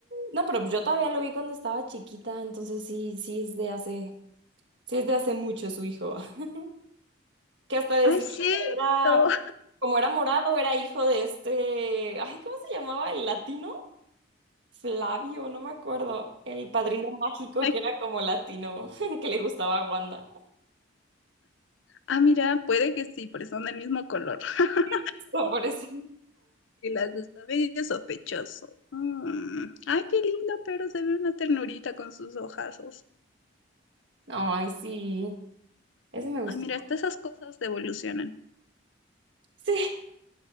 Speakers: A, on the right; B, on the left.
A: No, pero pues yo todavía lo vi cuando estaba chiquita, entonces sí, sí es de hace... Sí, es de hace mucho su hijo. <laughs> Que hasta decían
B: ¡Ay, es cierto!
A: que era, como era morado, era hijo de este, ay, ¿cómo se llamaba? ¿El latino? Flavio, no me acuerdo. El padrino mágico
B: Ay,
A: que era como latino, <laughs> que le gustaba a Wanda.
B: ah, mira, puede que sí, porque son del mismo color. <laughs>
A: <laughs> Hasta por eso.
B: Y las de esta medio sospechoso. Mm. Ay, qué lindo, pero se ve una ternurita con sus ojazos.
A: No, Ay, sí. Ese me gustó.
B: Ay, mira, hasta esas cosas evolucionan
A: Sí.